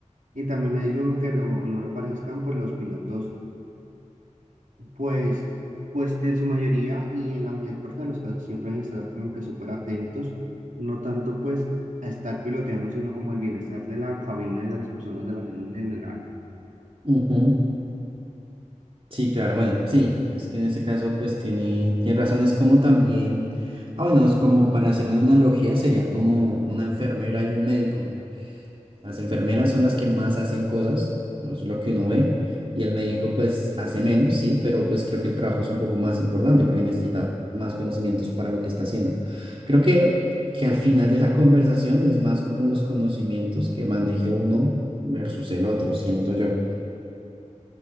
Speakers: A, on the right; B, on the right.
A: y también me han dicho que lo- no lo parezcan, pues los pilotos pues, pues en su mayoría y en la mayor parte de los casos siempre hay que estar como que súper atentos, no tanto pues a estar piloteando, sino como el bienestar de la cabina y de las personas de la avión en general.
B: ujú. Sí, claro, bueno, sí, es que en ese caso pues tiene, tiene razón, es como también, ah bueno, es como para hacer una analogía, sería como una enfermera y un médico. Las enfermeras son las que más hacen cosas, ¿no? Eso es lo que uno ve, y el médico pues hace menos, sí, pero pues creo que el trabajo es un poco más importante porque necesita más conocimientos para lo que está haciendo. Creo que, que al final de la <laughs> conversación es más como los conocimientos que maneje uno versus el otro, siento yo.